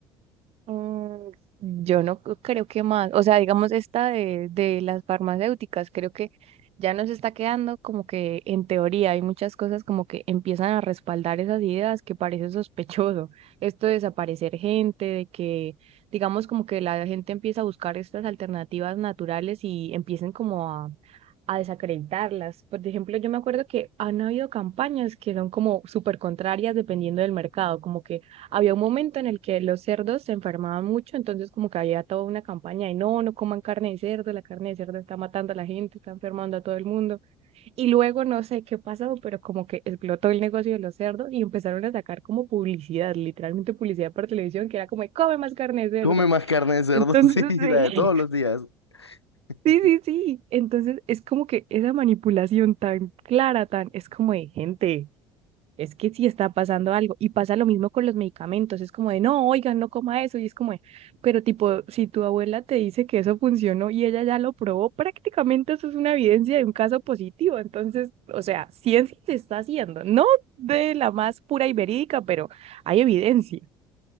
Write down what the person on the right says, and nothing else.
Mm, yo no c- creo que más, o sea, digamos esta de, de las farmacéuticas, creo que ya nos está quedando como que en teoría hay muchas cosas como que empiezan a respaldar esas ideas que parece sospechoso. Esto de desaparecer gente, de que digamos como que la gente empieza a buscar estas alternativas naturales y empiecen como a a desacreditarlas. Por ejemplo, yo me acuerdo que han habido campañas que son como súper contrarias dependiendo del mercado, como que había un momento en el que los cerdos se enfermaban mucho, entonces como que había toda una campaña de no, no coman carne de cerdo, la carne de cerdo está matando a la gente, está enfermando a todo el mundo. Y luego no sé qué pasó, pero como que explotó el negocio de los cerdos y empezaron a sacar como publicidad, literalmente publicidad por televisión, que era como, de, come más carne de cerdo.
Entonces,
sí.
Sí, sí, sí. Entonces es como que esa manipulación tan clara, tan, es como de gente, es que sí está pasando algo. Y pasa lo mismo con los medicamentos, es como de, no, oigan, no coma eso. Y es como de, pero tipo, si tu abuela te dice que eso funcionó y ella ya lo probó, prácticamente eso es una evidencia de un caso positivo. Entonces, o sea, ciencia se está haciendo, no de la más pura y verídica, pero hay evidencia.